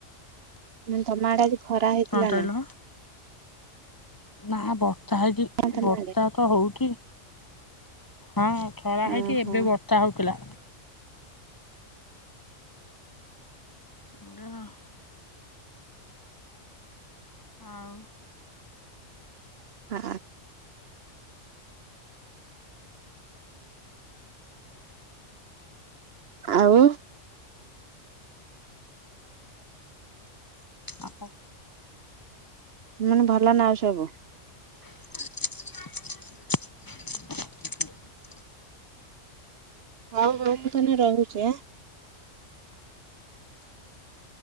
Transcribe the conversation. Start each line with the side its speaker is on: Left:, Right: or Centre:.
Right: ଉଁ ତମ ଆଡେ ଆଜି ଖରା ହେଇଥେଲା
Left: କଣ କହିଲ?
Right: ନା।
Left: ନା ବର୍ତ୍ତା ହେଇକି
Right: ହଁ ତମ
Left: ବର୍ତ୍ତା
Right: ଆଡେ
Left: ତ ହଉକି। ହଁ ଖରା
Right: ଓହୋ
Left: ହେଇଚି ଏବେ ବର୍ତା ହଉଥିଲା। <unintelligible> ଆଉ
Right: ଆ ଆଉ
Left: ଆପ
Right: ହୁଁ ଭଲ ନା ସବୁ।
Left: <inaudible>
Right: ହଉ ଭଉଣୀ ମୁଁ ତାହେନେ ରହୁଚି ଆଁ।